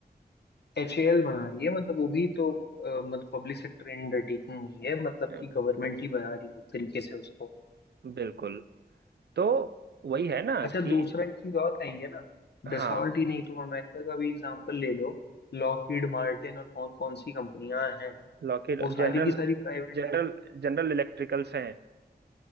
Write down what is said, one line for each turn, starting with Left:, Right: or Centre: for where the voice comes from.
Left: एच ए एल बना रही है मतलब वो भी तो अ, मतलब पब्लिक सेक्टर अंडरटेकिंग ही है मतलब
Right: अम,
Left: कि गवर्नमेंट ही बना रही है एक तरीके से उसको
Right: बिल्कुल तो वही है ना
Left: अच्छा
Right: कि
Left: दूसरा एक चीज और कहेंगे ना
Right: हाँ
Left: डसॉल्ट ही नहीं तुम अमेरिका का भी एग्जांपल ले लो लॉकहीड मार्टिन और कौन कौन सी कंपनियां हैं
Right: लॉकheed
Left: वो सारी
Right: जनरल
Left: की सारी प्राइवेट
Right: जनरल
Left: हैं
Right: जनरल इलेक्ट्रिकल्स हैं